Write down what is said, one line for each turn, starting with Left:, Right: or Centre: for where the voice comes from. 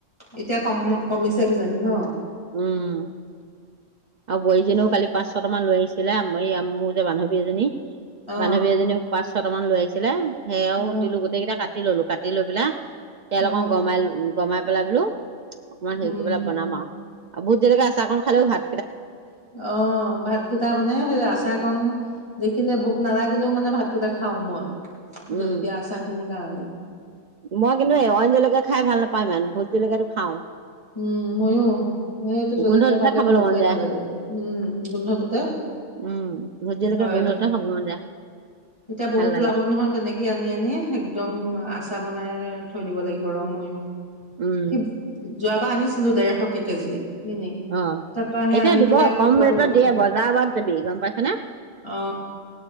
Left: এতিয়া কম কমিছে কিজানি ন
Right: উম আৰু বোৱাৰীজনীও
Left: অ
Right: কালি পাঁচ ছট মান লৈ আহিছিলে এই আমু যে বান্ধৱী এজনী
Left: অ
Right: বান্ধৱী এজনীয়েও পাঁচ ছটা মান লৈ আহিছিলে সেইয়াও
Left: অ
Right: দিলো গোটেইটা কাত কাটি ললো কাটি লৈ পেলাই তেল অকন
Left: অ
Right: গমাই গমাই কলা বোলো অকমান হেৰি
Left: উম
Right: কৰিপেলাই বনাম আও আৰু ভোট জলকীয়া আচাৰ কণ খালেও ভাল
Left: অ ভাতকেইটা মানে সেই আচাৰ কন দেখি থাকিলে ভোক নালাগিলেও মানে ভাতকেইটা খাওঁ মই
Right: উম
Left: জলকীয়া আচাৰ খিনি গান
Right: মই কিন্তু এই অইন জলকীয়া খাই ভাল নাপাওঁ ইমান ভোট জলকীয়াটো খাও
Left: উম মইয়ো সেইটো জলকীয়া
Right: গোন্ধটোতে
Left: পালে
Right: খাবলৈ
Left: মোক একোৱেই
Right: মন যায়
Left: নালাগে উম গোন্ধটোতে
Right: উম ভোট জলকীয়া
Left: হয়
Right: গোন্ধটোতে
Left: দে
Right: খাব মন যায়
Left: এতিয়া বহুত
Right: ভাল লাগে
Left: ওলাব নহয় তেনেকেই আনি আনিয়ে একদম আচাৰ বনাই থৈ দিব লাগিব ৰ ময়ো
Right: উম
Left: সি যোৱাবাৰ আনি ছো ডেৰশকে কেজি কিনি
Right: অ
Left: তাৰপাহে
Right: এতিয়া
Left: আনি
Right: দিব
Left: পেলাই
Right: কম
Left: শুকুৱালো
Right: ৰেটত দিয়ে বজাৰ বাত যাবি গম পাইছ নে
Left: অ